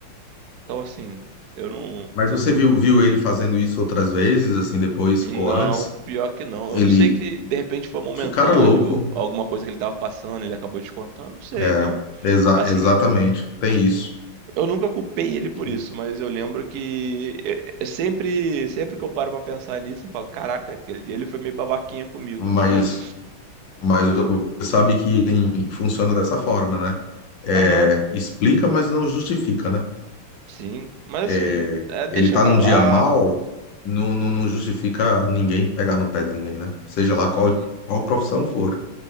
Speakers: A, on the right; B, on the left.
A: Então, assim, eu não.
B: Mas você viu, viu ele fazendo isso outras vezes, assim, depois
A: Não,
B: ou antes?
A: pior que não.
B: Ele.
A: Eu não sei que de repente foi momentâneo,
B: Que cara louco.
A: alguma coisa que ele tava passando, ele acabou descontando, não sei.
B: É,
A: Então.
B: exa-
A: Assim,
B: exatamente. Tem isso.
A: Eu nunca culpei ele por
B: isso.
A: isso, mas eu lembro que é- é sempre, sempre que eu paro pra pensar nisso, eu falo, caraca, aquele dia ele foi meio babaquinha comigo,
B: Mas,
A: mas de boa.
B: mas você sabe que ele funciona dessa forma, né? É,
A: Aham,
B: explica, mas não justifica, né?
A: sim. Mas
B: é,
A: assim, é, deixa
B: ele tá
A: pra
B: num
A: lá.
B: dia mal, não, não, não justifica ninguém pegar no pé de ninguém, né? Seja lá qual,
A: Uhum.
B: qual profissão for.